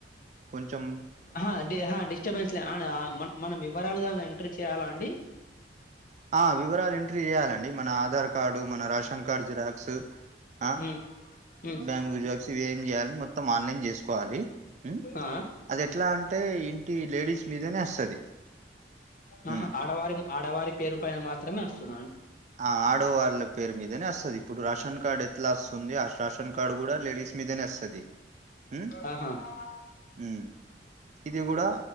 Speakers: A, on the right; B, on the left.
A: కొంచెం
B: అహా డి అహా డిస్టర్బెన్స్ లే మన మనం వివరాలు దాన్ ఎంట్రీ చేయాలాండి.
A: ఆ వివరాలు ఎంట్రీ చేయాలండి మనా ఆధార్ కార్డు, మన రేషన్ కార్డు జిరాక్సు. ఆ
B: ఉమ్ ఉమ్
A: బ్యాంగూ జాక్స్ ఇవి ఏమి చేయాలి మొత్తం ఆన్లైన్ చేసుకోవాలి. ఉమ్
B: ఆ
A: అది ఎట్లా అంటే ఇంటీ లేడీస్ మీదనే అస్తది.
B: ఆహా
A: ఉమ్
B: ఆడవారి ఆడవారి పేరు పైన మాత్రమే ఒస్తద్.
A: ఆ ఆడువాళ్ళ పేరు మీదనే అస్తది. ఇప్పుడు రాషన్ కార్డ్ ఎట్ ట్లా ఒస్తుంది ఆ శాషన్ కార్డు గూడా లేడీస్ మీదనే అస్తది. ఉమ్
B: ఆహా ఆ
A: ఉమ్ ఇది గూడా